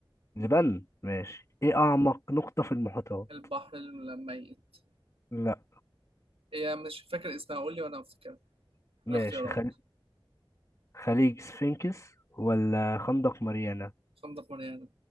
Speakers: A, on the left; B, on the right.
A: جبال ماشي ايه أعمق نقطة في المحيطات
B: البحر الميت
A: لا
B: هي مش فاكر اسمها قول لي وأنا أفتكر
A: ماشي
B: الاختيارات
A: خل... خليج سفينكس ولا خندق ماريانا
B: خندق مريانا